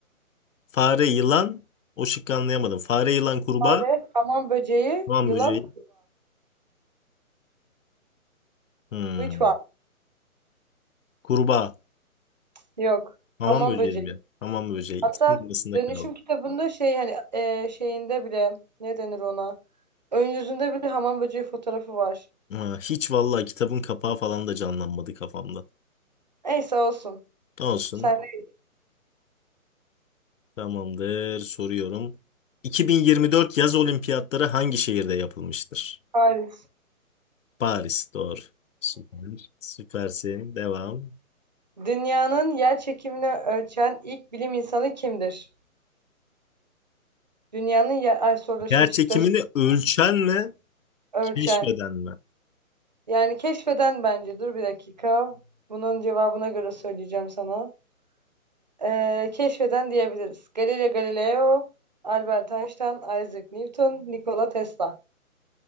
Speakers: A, on the left; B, on the right.
A: Fare, yılan. O şıkkı anlayamadım. Fare, yılan, kurbağa.
B: Fare, hamam böceği,
A: Hamam
B: yılan.
A: böceği. Hmm.
B: Which one?
A: Kurbağa.
B: Yok.
A: Hamam
B: Hamam
A: böceği
B: böceği.
A: mi? Hamam böceği.
B: Hatta
A: İkisinin arasında
B: dönüşüm
A: kaldım.
B: kitabında şey hani e, şeyinde bile ne denir ona? Ön yüzünde bile hamam böceği fotoğrafı var.
A: Ha, hiç vallahi kitabın kapağı falan da canlanmadı kafamda.
B: Neyse olsun.
A: Olsun.
B: Sen de
A: Tamamdır. Soruyorum. 2024 yaz olimpiyatları hangi şehirde yapılmıştır?
B: Paris.
A: Paris. Doğru. Süper. Süpersin. Devam.
B: Dünyanın yer çekimini ölçen ilk bilim insanı kimdir? Dünyanın yer... Ay soru
A: Gerçekimini
B: şey şıkları
A: ölçen mi,
B: ölçen.
A: keşfeden mi?
B: Yani keşfeden bence. Dur bir dakika. Bunun cevabına göre söyleyeceğim sana. Ee, keşfeden diyebiliriz. Galileo Galileo, Albert Einstein, Isaac Newton, Nikola Tesla.